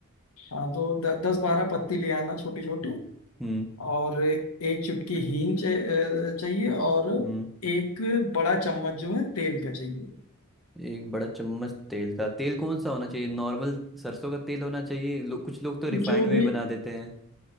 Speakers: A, on the left (about 75°); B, in the centre.
A: हाँ तो द, दस बारह पत्ती ले आना छोटी छोटी
B: हम्म हम्म
A: और एक चुटकी हींग चे- अ, चाहिए और
B: हम्म,
A: एक बड़ा चम्मच जो है तेल का चाहिए
B: एक बड़ा चम्मच तेल का तेल कौन सा होना चाहिए नॉर्मल सरसों का तेल होना चाहिए लो, कुछ लोग तो रिफाइंड
A: जो
B: में
A: भी
B: भी बना देते हैं